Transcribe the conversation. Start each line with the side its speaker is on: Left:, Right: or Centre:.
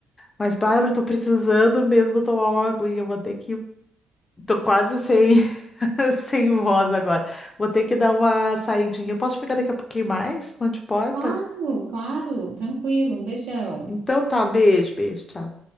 Left: Mas, Bárbara, estou precisando mesmo tomar uma aguinha, eu vou ter que. Tô quase sem, <laughs> sem voz agora. Vou ter que dar uma saidinha. Eu posso ficar daqui a pouquinho mais? Não te importa?
Right: Claro, claro, tranquilo, um beijão.
Left: Então tá, um beijo, beijo, tchau.